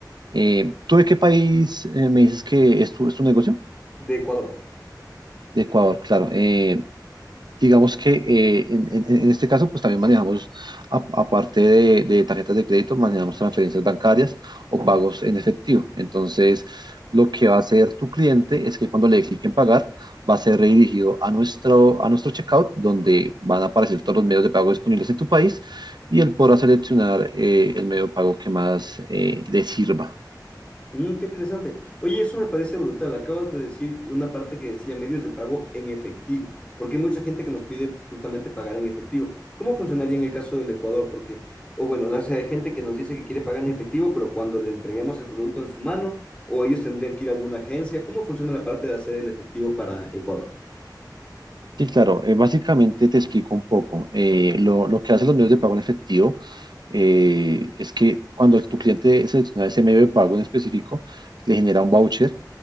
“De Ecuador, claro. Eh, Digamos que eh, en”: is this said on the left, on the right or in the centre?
Right